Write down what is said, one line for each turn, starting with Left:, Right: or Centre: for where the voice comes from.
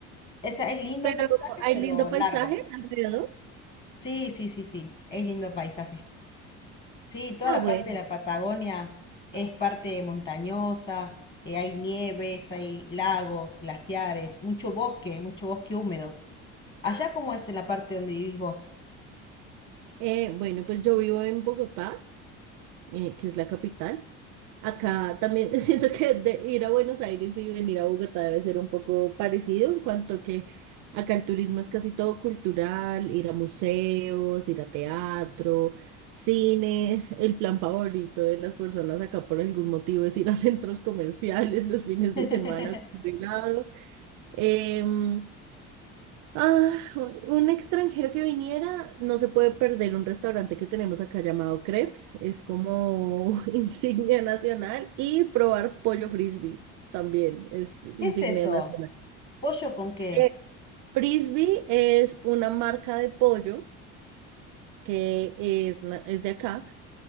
Left: es es
Right: <laughs>
Left: lindo
Right: Pero
Left: el paisaje,
Right: hay
Left: pero
Right: lindo paisaje
Left: largo,
Right: alrededor.
Left: sí, sí, sí, sí, es lindo el paisaje. Sí, toda
Right: Ah,
Left: la
Right: bueno.
Left: parte de la Patagonia es parte montañosa, eh, hay nieves, hay lagos, glaciares, mucho bosque, mucho bosque húmedo. ¿Allá cómo es en la parte donde vivís vos?
Right: Eh, bueno, pues yo vivo en Bogotá, eh, que es la capital. Acá también <laughs> siento que de ir a Buenos Aires y venir a Bogotá debe ser un poco parecido en cuanto que acá el turismo es casi todo cultural, ir a museos, ir a teatro, cines. El plan favorito de las personas acá por algún motivo es ir a <laughs> centros comerciales los fines
Left: <laughs>
Right: de
Left: ¿Qué
Right: semana a comer helado. Em, Ah, un extranjero que viniera no se puede perder un restaurante que tenemos acá llamado Crepes. Es como <laughs> insignia nacional y probar pollo frisbee también es insignia
Left: es eso?
Right: nacional.
Left: ¿Pollo con qué?
Right: Eh, Frisbee es una marca de pollo que es, na- es de acá